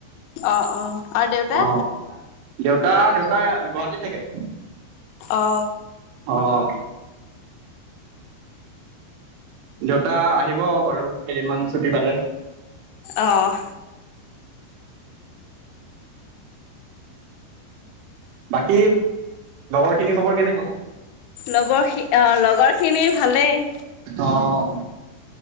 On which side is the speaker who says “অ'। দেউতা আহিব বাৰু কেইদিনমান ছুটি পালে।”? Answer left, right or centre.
Right